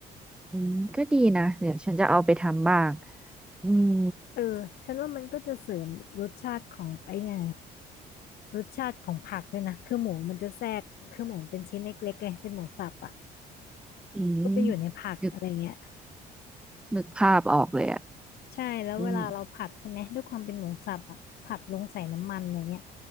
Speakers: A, in the centre; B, on the left (about 70°).
A: อืมก็ดีนะเดี๋ยวฉันจะเอาไปทำบ้างอืม
B: เออฉันว่ามันก็จะเสริมรสชาติของไอ้ไงรสชาติของผักด้วยนะคือหมูมันจะแทรกคือหมูมันเป็นชิ้นเล็กๆไงเป็นหมูสับอ่ะ
A: อืม
B: ก็ไปอยู่ในผักอะไรเงี้ย
A: นึกนึกภาพออกเลยอ่ะ
B: ใช่แล้วเวลาเราผัดใช่ไหมด้วยความเป็นหมูสับอ่ะผัดลงใส่น้ำมันอะไรเงี้ย
A: อืม